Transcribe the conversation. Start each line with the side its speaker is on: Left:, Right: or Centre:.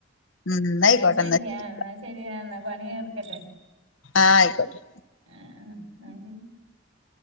Left: ഉം എന്നായിക്കോട്ടെ
Right: എന്നാ ശരിയ
Left: ശരി
Right: എന്നാ ശരിയാ എന്നാ പണി എടുക്കട്ടെ
Left: ആ ആയിക്കോട്ടെ
Right: ആ <unintelligible>